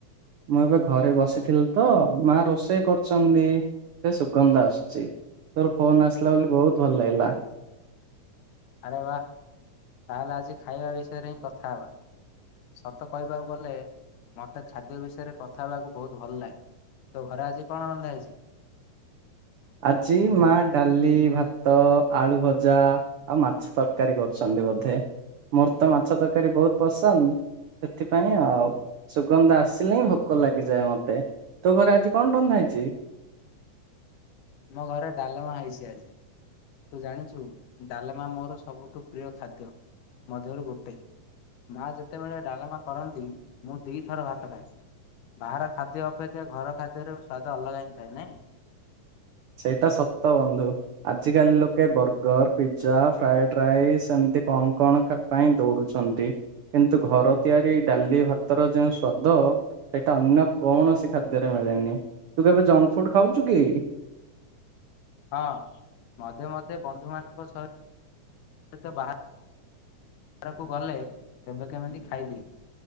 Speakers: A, on the right; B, on the left.
A: ମୁଁ ଏବେ ଘରେ ବସିଥିଲି ତ ମା ରୋଷେଇ କରୁଛନ୍ତି। ସେ ସୁଗନ୍ଧ ଆସୁଛି ତୋର ଫୋନ ଆସିଲା ବୋଲି ବହୁତ ଭଲ ଲାଗିଲା।
B: ଆରେ ବାଃ ତାହେଲେ ଆଜି ଖାଇବା ବିଷୟରେ ହିଁ କଥା ହେବା। ସତ କହିବାକୁ ଗଲେ ମୋତେ ଖାଦ୍ୟ ବିଷୟରେ କଥା ହେବାକୁ ବହୁତ ଭଲ ଲାଗେ। ତୋ ଘରେ ଆଜି କଣ ରନ୍ଧା ହେଇଛି?
A: ଆଜି ମାଆ ଡାଲି, ଭାତ, ଆଳୁ ଭଜା ଆଉ ମାଛ ତରକାରୀ କରୁଛନ୍ତି ବୋଧେ। ମୋର ତ ମାଛ ତରକାରୀ ବହୁତ ପସନ୍ଦ। ସେଥିପାଇଁ ଆଉ। ସୁଗନ୍ଧ ଆସିଲେ ହିଁ ଭୋକ ଲାଗିଯାଏ ମତେ। ତୋ ଘରେ ଆଜି କଣ ରନ୍ଧା ହେଇଛି?
B: ମୋ ଘରେ ଡାଲମା ହେଇଛି ଆଜି। ତୁ ଜାଣିଛୁ ଡାଲମା ମୋର ସବୁଠୁ ପ୍ରିୟ ଖାଦ୍ୟ ମଧ୍ୟରୁ ଗୋଟେ। ମାଆ ଯେତେବେଳେ ଡାଲମା କରନ୍ତି ମୁଁ ଦିଥର ଭାତ ଖାଏ। ବାହାର ଖାଦ୍ୟ ଅପେକ୍ଷା ଘର ଖାଦ୍ୟର ସ୍ଵାଦ ଅଲଗା ହିଁ ଥାଏ, ନାଇଁ?
A: ସେଇଟା ସତ ବନ୍ଧୁ। ଆଜ କାଲି ଲୋକେ ବର୍ଗର, ପିଜ୍ଜା, ଫ୍ରାଏଡ ରାଇସ୍ ଏମତି କଣ କଣ ପାଇଁ ଦୌଡୁଛନ୍ତି କିନ୍ତୁ ଘର ତିଆରି ଡାଲି ଭାତର ଯେଉଁ ସ୍ଵାଦ। ସେଇଟା ଅନ୍ୟ କୌଣସି ଖାଦ୍ୟରେ ମିଳେନି। ତୁ କେବେ ଜଙ୍କ ଫୁଡ୍ ଖାଉଛୁ କି?
B: ହଁ ମଧେ ମଧେ ବନ୍ଧୁମାନଙ୍କ ସହି ତ ବାହାର ରକୁ ଗଲେ କେବେ କେମିତି ଖାଇଦିଏ।